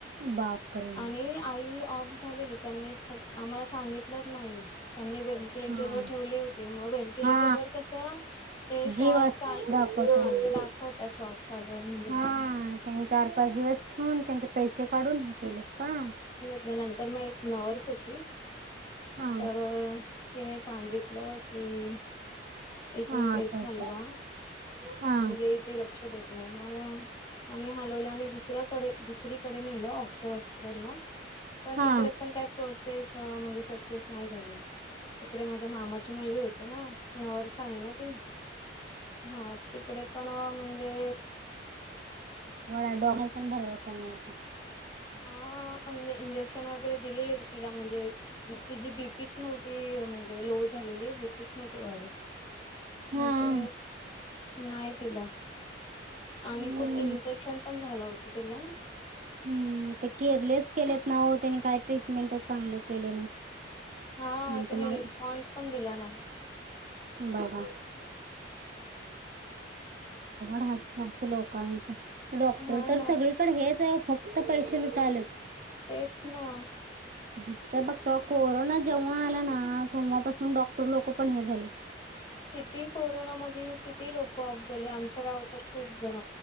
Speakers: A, on the right; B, on the left.
A: बापरे!
B: आणि आई ऑफ झालेली त्यांनीक् आम्हाला सांगित नाही त्यांनी व्हेंटिलेटर
A: हा
B: व ठेवले होते मग व्हेंटि
A: हा
B: व्हेंटिलवर कसं ते श्वास
A: जीव अस
B: चाल
A: दाखवते.
B: हा ते दाखवतात श्वास चालूय ये म्हणून
A: हा त्यांनी चार पाच दिवस ठेवून त्यांचे पैसे काढून हे केलेत का
B: त्या नंतर मग एक नर्स होती
A: हा
B: तर तिने सांगितलं कि इथून
A: हा
B: केस
A: असं
B: हलवा
A: अस हा
B: म्हणजे ते लक्ष देत नाही मग आम्ही हलवल्या आणि दुसऱ्याकडे दुसरी कडे नेल ऑक्सर हॉस्पिटलला पण
A: हा
B: तिकडे पण का प्रोसेस म्हणजे सक्सेस नाही झाली तिकडे माझ्या मामाची मुलगी होते ना नर्स आहे ना ती हा तिकडे पण म्हणजे
A: व डॉर पण भरसा नाही आता
B: हा म्हणजे इंजेक्शन वगैरे दिलेले तिला म्हणजे तिची बीपीच नव्हती ती म्हणजे लो झालेली बीपीच न तती वाढत
A: हा
B: मग ते नाही तिला
A: हम्म
B: आणि खूप इन्फेक्शन पण झालं होत तिला
A: हम्म ते केअरलेस केलेत ना हो त्यांनी काय ट्रीटमेंट चांगलं केलं नाही
B: हा
A: आणि
B: तिने
A: तुम्हाला
B: रिस्पॉन्स पण दिला नाही
A: बाबा होासत असं लोकांचं तर डॉक्टर
B: हा
A: तर
B: ना
A: सगळी इकडे हेच आहे फक्त पैसे लुटावलेत
B: तेच ना
A: जिथथं बघत कोरोना जेव्हा आला ना तेव्हापासून डॉक्टर लोक पण हे झालेत
B: किती कोरोनामध्ये किती लोक ऑफ झाले आमच्या गावात तर खूप जण